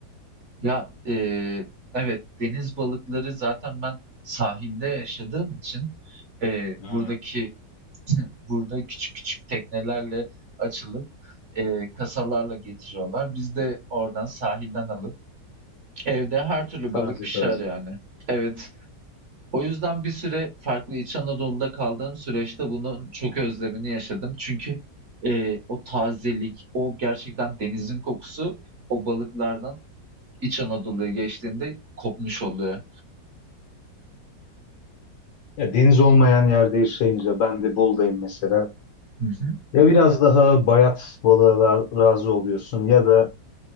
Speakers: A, on the right (about 45°); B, on the left (about 75°).
A: Ya, eee, evet, deniz balıkları zaten ben sahilde yaşadığım için, eee,
B: Ha.
A: buradaki <laughs> burada küçük küçük teknelerle açılıp, eee, kasalarla getiriyorlar. Biz de oradan sahilden alıp evde her türlü
B: Taze
A: balık pişer
B: taze.
A: yani. Evet. O yüzden bir süre farklı İç Anadolu'da kaldığım süreçte bunun çok özlemini yaşadım. Çünkü, eee, o tazelik, o gerçekten denizin kokusu o balıklardan İç Anadolu'ya geçtiğinde kopmuş oluyor.
B: Ya deniz olmayan yerde yaşayınca ben de Bolu'dayım mesela.
A: Hı hı.
B: Ya biraz daha bayat balığa ra- razı oluyorsun ya da